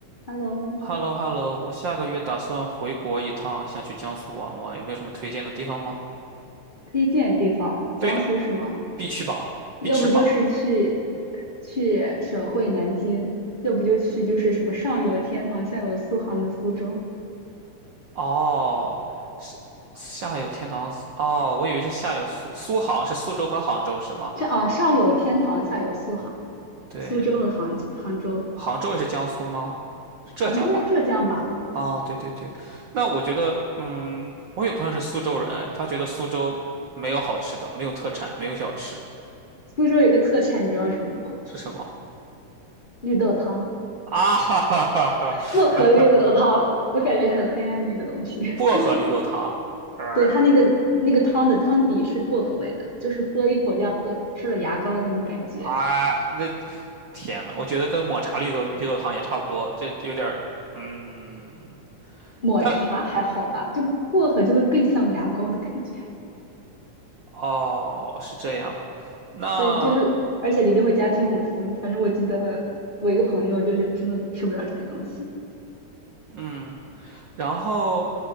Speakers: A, on the left; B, on the right.
A: Hello，
B: h e l l o h e l l o 我下个月打算回国一趟，想去江苏玩玩，有没有什么推荐的地方吗？
A: 推荐地方，江苏是吗？
B: 对的，必去榜，
A: 要不就是去
B: 必吃榜。
A: 去省会南京，要不就去就是什么上有天堂下有苏杭的苏州，
B: 哦，是下有天堂，哦，我以为是下有苏苏杭，是苏州和杭州是吗？
A: 上啊上有天堂下有苏杭，
B: 对，
A: 苏州和杭杭州，
B: 杭州也是江苏吗？是浙江吧？
A: 杭州在浙江吧？
B: 哦，对对对，那我觉得，嗯，我有朋友是苏州人，哎他觉得苏州没有好吃的，没有特产，没有小吃，
A: 苏州有个特产，你知道什么吗？
B: 是什么？
A: 绿豆汤，
B: 啊哈哈哈哈！
A: 薄荷绿豆汤，
B: <laughs>
A: 我感觉很黑暗的一个东西。<laughs>
B: 薄荷绿豆汤。呃
A: 对，它那个那个汤的汤底是薄荷味的，就是喝一口像喝吃了牙膏的那种感觉。
B: 啊，那天呐，我觉得跟抹茶绿豆绿豆汤也差不多，这有点儿，嗯，
A: 抹茶还好吧，
B: 但
A: 就薄荷就会更像牙膏的感觉。
B: 哦是这样，那
A: 对，就是而且里边会加青红丝，反正我记得我一个朋友就是真的吃不了这个东西。
B: 嗯，然后